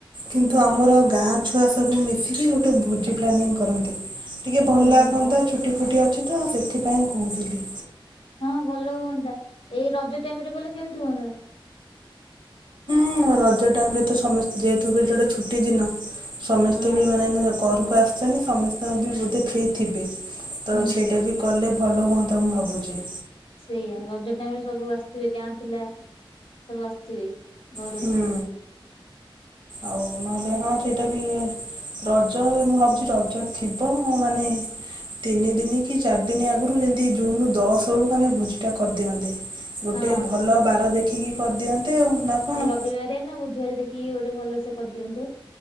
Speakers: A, on the right; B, on the left.
A: କିନ୍ତୁ
B: ହୁଁ
A: ଆମର ଗାଁ ଛୁଆ ସବୁ ମିଶିକି ଗୋଟେ ଭୋଜି ପ୍ଲାନିଂ କରନ୍ତେ। ଟିକେ ଭଲ
B: ଓହୋ
A: ଲାଗନ୍ତା ଛୁଟି ଫୁଟି ଅଛିତ ସେଥିପାଇଁ କହୁଥିଲି।
B: ହଁ ଭଲ ହୁଅନ୍ତା, ଏଇ ରଜ ଟାଇମରେ ଗଲେ କେମିତି ହୁଅନ୍ତା?
A: ହଁ, ରଜ ଟାଇମରେତ ସମସ୍ତେ ଯେହେତୁ ଏବେ ଏଟା ଗୋଟେ ଛୁଟି ଦିନ ସମସ୍ତେବି
B: ହଁ
A: ମାନେ ଏଇନା ଘର କୁ ଆସଚନ୍ତି, ସମସ୍ତେବି ବୋଧେ ଫ୍ରି ଥିବେ ତସେଇଟାବି
B: ହୁଁ।
A: କଲେ ଭଲ ହୁଅନ୍ତା ମୁଁ ଭାବୁଚି।
B: ସେଇଆ ରଜ ଟାଇମରେ ସବୁ ଆସିଥିବେ ଗାଁ ପିଲା, ସବୁ ଆସିଥିବେ ଘରକୁ
A: ହୁଁ ଆଉ ନହେଲେ, ହଁ ସେଇଟାବି ରଜ, ମୁଁ ଭାବୁଚି ରଜ ଥିବ ମାନେ ତିନି ଦିନିକି ଚାରି ଦିନି ଆଗରୁ ଯେମିତି ଜୁନ୍ ଦଶ ବେଳକୁ ଆମେ ଭୋଜିଟା କରିଦିଅନ୍ତେ। ଗୋଟେ
B: ହଁ
A: ଭଲ ବାର ଦେଖିକି କରିଦିଅନ୍ତେ ଆଉ ନା କଣ
B: ନାଇଁ ରବିବାରେନା ବୁଧୁବାରେ ଦେଖିକି ଗୋଟେ ଭଲସେ କରିଦିଅନ୍ତେ।